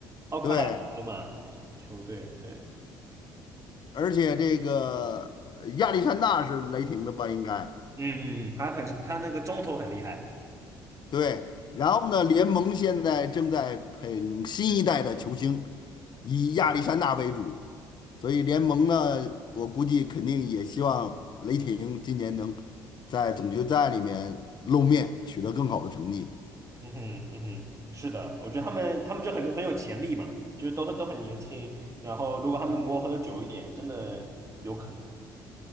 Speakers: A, on the right; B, on the left.
A: 奥克拉荷马球队对。
B: 对，而且这个呃亚历山大是雷霆的吧？应该
A: 嗯嗯嗯，他很他那个中投很厉害，
B: 对。然后呢，联盟现在正在捧新一代的球星，以亚历山大为主。所以联盟呢，我估计肯定也希望雷霆今年能在总决赛里面露面，取得更好的成绩。
A: 嗯哼嗯哼，是的，我觉得他们他们就很很有潜力嘛，就是都都很年轻，然后如果他们磨合的久一点，真的有可能